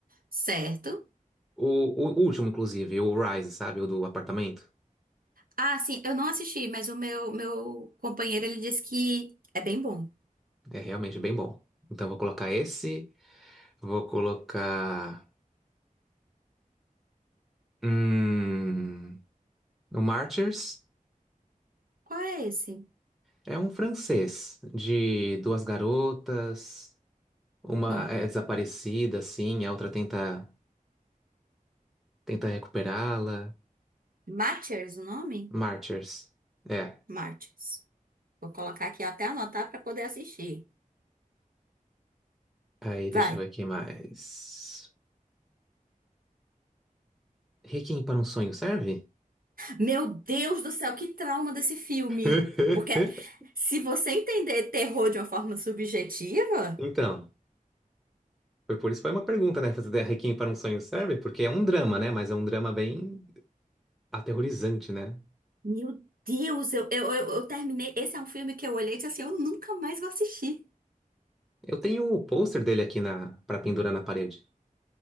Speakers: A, on the right (about 85°); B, in the centre.
A: Certo.
B: O, o último, inclusive, o Rise, sabe? O do apartamento.
A: Ah, sim, eu não assisti, mas o meu, meu companheiro, ele disse que é bem bom.
B: É realmente bem bom. Então vou colocar esse. Vou colocar. Hum, o Martyrs.
A: Qual é esse?
B: É um francês de duas garotas. Uma
A: Hum.
B: é desaparecida, assim, a outra tenta, tenta recuperá-la.
A: Martyrs, o nome?
B: Martyrs. É.
A: Martyrs. Vou colocar aqui até anotar pra poder assistir.
B: Aí, deixa
A: Vai.
B: eu ver aqui mais. Requiem para um sonho serve?
A: Meu Deus do céu, que trauma desse filme.
B: <laughs>
A: Porque se você entender terror de uma forma subjetiva...
B: Então, foi por isso que foi uma pergunta, né? Fazer Requiem para um sonho serve? Porque é um drama, né? Mas é um drama bem aterrorizante, né?
A: Meu Deus, eu, eu, eu, eu terminei. Esse é um filme que eu olhei e disse assim: eu nunca mais vou assistir.
B: Eu tenho o pôster dele aqui na para pendurar na parede.